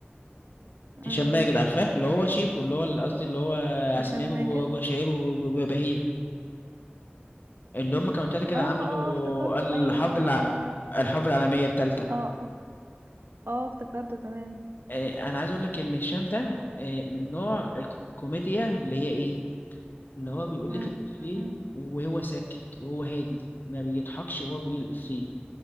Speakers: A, on the right; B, on the left.
A: امم
B: هشام ماجد عارفاه اللي هو شيكو اللي هو ال- قصدي اللي هو
A: هشام
B: عسمير
A: ماجد
B: و- وشهير و- وبهير اللي هم كانوا تلاته كده
A: اه اه
B: عملوا
A: آه، افتكرته
B: الحرب
A: ايوه ايوه
B: الع...
A: ايوه ايوه
B: الحرب العالميه الثالثه
A: اه اه اه افتكرته تمام
B: انا عايز اقول لك ان هشام ده آه، من نوع الكوميديا اللي هي ايه اللي هو بيقول
A: مم،
B: لك الإفيه
A: مم.
B: وهو ساكت وهو هادي ما بيضحكش وهو بيقول الإفيه